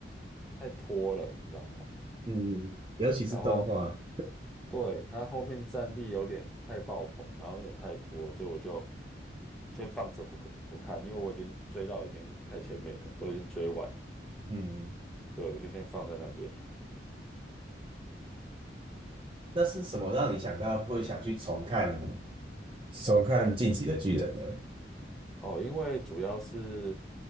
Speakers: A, in the centre; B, on the right.
A: 太拖了，你知道吗？
B: 嗯，尤其是动画。
A: 然后。对，他后面战力有点太爆棚，然后有点太拖了所以我就先放着不看不看，因为我已经追到已经太前面了，都已经追完了
B: 嗯，
A: 对，我就先放在那边。
B: 那是什么让你想到会想去重看重看《进击的巨人》呢？
A: 哦，因为主要是